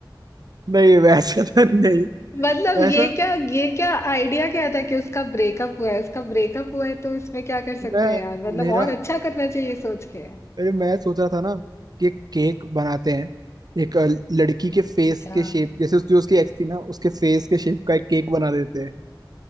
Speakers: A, on the right (about 55°); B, on the left (about 35°).
A: नहीं वैसे तो नहीं
B: मतलब
A: वैसा
B: ये क्या ये क्या आइडिया क्या था कि उसका ब्रेकअप हुआ है उसका ब्रेकअप हुआ है तो इसमें क्या कर सकते
A: मैं
B: हैं यार मतलब
A: मेरा
B: और अच्छा करना चाहिए सोच के
A: अरे मैं सोच रहा था ना कि एक केक बनाते हैं एक अ, लड़की के फेस
B: अच्छा
A: के शेप जैसे उस- जो उसकी एक्स थी ना उसके फेस के शेप का एक केक बना देते हैं।